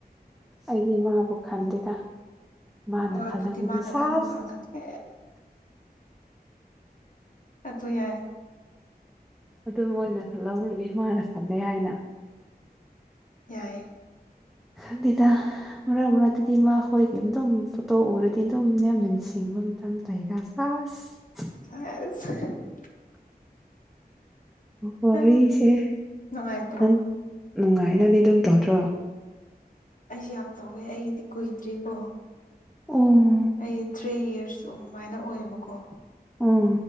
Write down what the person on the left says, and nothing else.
ꯑꯣ ꯑꯗꯨꯗꯤ
ꯃꯥꯅ
ꯈꯟꯕꯑꯣꯏꯔꯝꯃꯅꯤ ꯑꯗꯨ ꯌꯥꯏ
ꯌꯥꯏꯌꯦ
<unintelligible>
ꯑ ꯅꯨꯡꯉꯥꯏꯇ꯭ꯔꯣ
ꯑꯩꯁꯨ ꯌꯥꯝ ꯇꯧꯋꯦ ꯑꯩꯒꯤꯗꯤ ꯀꯨꯏꯗ꯭ꯦꯀꯣ
ꯑꯩ ꯊ꯭ꯔꯤ ꯌꯔꯁ ꯑꯗꯨꯃꯥꯏꯅ ꯑꯣꯏꯌꯦꯕꯀꯣ